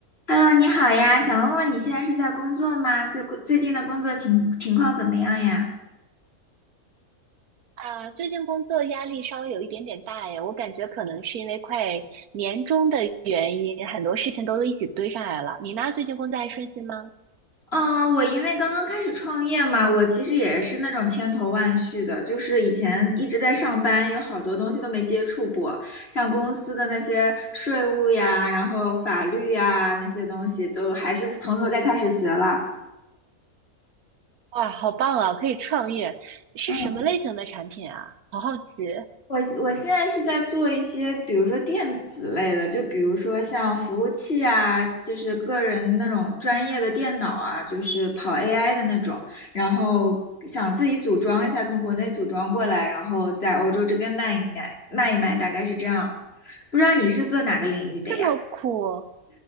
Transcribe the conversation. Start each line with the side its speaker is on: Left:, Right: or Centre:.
Left: Hello，你好呀，想问问你现在是在工作吗？最最近的工作情情况怎么样呀？
Right: 啊，最近工作压力稍微有一点点大耶，我感觉可能是因为快年终的原因，很多事情都一起堆上来了。你呢？最近工作还顺心吗？
Left: 嗯，我因为刚刚开始创业嘛，我其实也是那种千头万绪的，就是以前一直在上班，有好多东西都没接触过，像公司的那些税务呀，然后法律呀那些东西，都还是从头再开始学了。
Right: 哇，好棒啊，可以创业，是什么类型的产品啊？
Left: 嗯。
Right: 好好奇，
Left: 我我现在是在做一些，比如说电子类的，就比如说像服务器啊，就是个人那种专业的电脑啊，就是跑 AI 的那种，然后想自己组装一下，从国内组装过来，然后在欧洲这边卖一卖，卖一卖，大概是这样。不知道你是做哪个领域的呀？
Right: 这么酷。